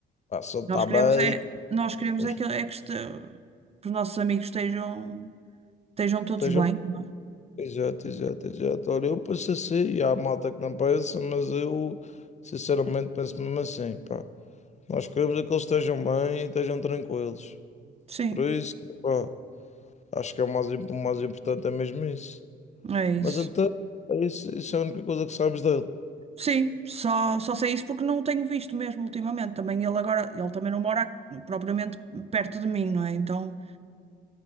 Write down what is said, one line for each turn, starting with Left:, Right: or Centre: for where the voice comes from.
Left: pá, se ele
Right: Nós
Left: está
Right: queremos
Left: bem,
Right: é, nós queremos
Left: vamos-
Right: é que, é que, este- que os nossos amigos estejam, estejam todos
Left: esteja
Right: bem,
Left: bom.
Right: não é?
Left: Exato, exato, exato. Olha, eu penso assim, e há malta que não pensa, mas eu sinceramente penso mesmo assim, pá. Nós queremos é que eles estejam bem e estejam tranquilos.
Right: Sim,
Left: Por isso, pá, acho que é o mais, im- o mais importante é mesmo isso.
Right: é isso.
Left: Mas então, é isso, isso é a única coisa que sabes dele.
Right: Sim, só, só sei isso porque não o tenho visto mesmo ultimamente. Também ele agora, ele também não mora propriamente perto de mim, não é? Então